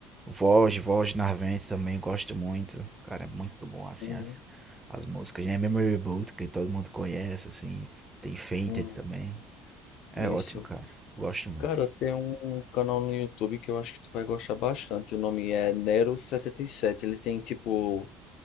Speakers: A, on the right; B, on the left.
A: voz, voz Narvente também, gosto muito. Cara, é muito bom assim
B: Uhum.
A: as, as músicas, né? Memory Boot, que todo mundo conhece, assim, tem Fainted
B: Hum,
A: também. É
B: isso.
A: ótimo, cara. eu Gosto muito.
B: Cara, tem um canal no YouTube que eu acho que tu vai gostar bastante. O nome é nero setenta e sete. Ele tem, tipo,